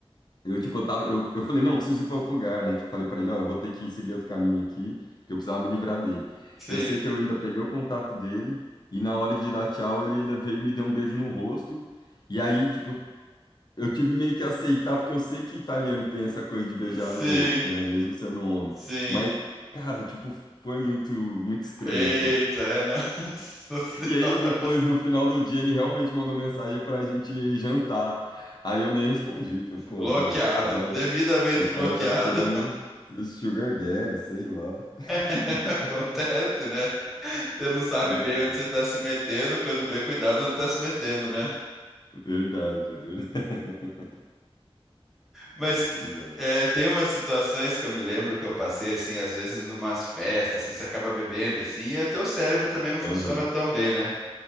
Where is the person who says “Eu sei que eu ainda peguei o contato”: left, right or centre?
Left